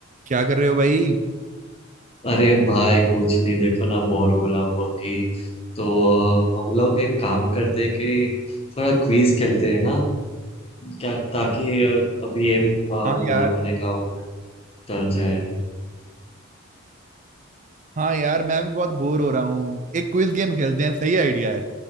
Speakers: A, on the right (about 35°); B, on the left (about 30°).
A: क्या कर रहे हो भाई
B: अरे भाई कुछ नहीं देखो ना बोर हो रहा हूँ अभी तो हम लोग एक काम करते हैं कि थोड़ा क्विज खेलते हैं ना क्या ताकि अभी ये बोर
A: हाँ यार
B: होने का वो टल जाए
A: हाँ यार मैं भी बहुत बोर हो रहा हूँ एक क्विज गेम खेलते हैं सही आइडिया है